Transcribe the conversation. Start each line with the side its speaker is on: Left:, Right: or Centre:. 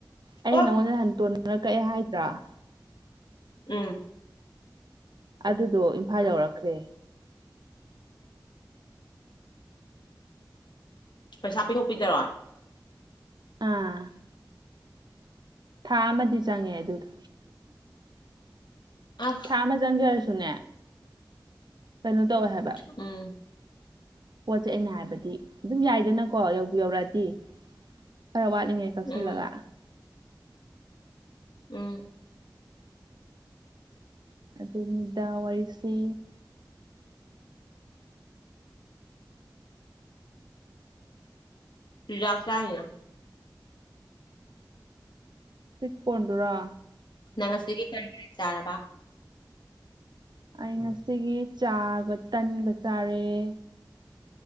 Right: ꯑꯩꯅ
Left: ꯑꯣ
Right: ꯅꯪꯉꯣꯟꯗ ꯍꯟꯇꯣꯟꯅꯅ ꯀꯛꯑꯦ ꯍꯥꯏꯗ꯭ꯔꯥ
Left: ꯎꯝ
Right: ꯑꯗꯨꯗꯣ ꯏꯝꯐꯥꯜ ꯌꯧꯔꯛꯈ꯭ꯔꯦ
Left: ꯄꯩꯁꯥ ꯄꯤꯊꯣꯛꯄꯤꯗꯔꯣ
Right: ꯑꯥ ꯊꯥ ꯑꯃꯗꯤ ꯆꯪꯉꯦ ꯑꯗꯨꯗꯣ
Left: ꯑꯁ
Right: ꯊꯥ ꯑꯃ ꯆꯪꯈꯔꯁꯨꯅꯦ ꯀꯩꯅꯣ ꯇꯧꯋꯦ ꯍꯥꯏꯕ
Left: ꯎꯝ
Right: ꯄꯣꯠꯁꯦ ꯑꯩꯅ ꯍꯥꯏꯕꯗꯤ ꯑꯗꯨꯝ ꯌꯥꯏꯗꯅꯀꯣ ꯌꯧꯕꯤ ꯌꯧꯔꯛꯑꯗꯤ ꯈꯔ ꯋꯥꯠꯂꯤꯉꯩ ꯆꯁꯜꯂꯒ
Left: ꯎꯝ ꯎꯝ
Right: ꯑꯗꯨꯗ ꯋꯥꯔꯤꯁꯤ
Left: ꯇꯖꯥ ꯑꯁꯦ ꯍꯥꯏꯅ
Right: ꯄꯤꯠ ꯀꯗꯨꯔꯥ
Left: ꯅꯪ ꯑꯁꯤꯒꯤ ꯀꯔꯤ ꯀꯔꯤ ꯆꯥꯔꯕ
Right: ꯑꯩ ꯉꯁꯤꯒꯤ ꯆꯥꯕ ꯇꯟꯕ ꯆꯥꯔꯑꯦ